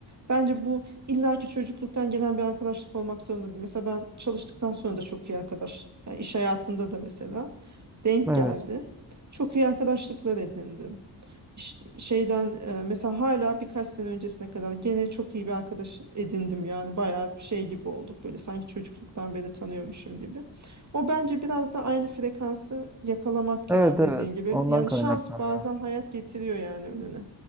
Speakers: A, on the right; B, in the centre.
A: Bence bu illaki çocukluktan gelen bir arkadaşlık olmak zorunda değil. Mesela ben çalıştıktan sonra da çok iyi arkadaş. Yani iş hayatında da mesela denk
B: Evet.
A: geldi. Çok iyi arkadaşlıklar edindim ş- şeyden e, mesela hala birkaç sene öncesine kadar gene çok iyi bir arkadaş edindim yani bayağı bir şey gibi olduk böyle sanki çocukluktan beri tanıyormuşum gibi. O bence biraz da aynı frekansı yakalamak
B: Evet
A: ya dediğin
B: evet.
A: gibi.
B: Ondan
A: Yani
B: kaynaklanıyor.
A: şans bazen hayat getiriyor yani önüne.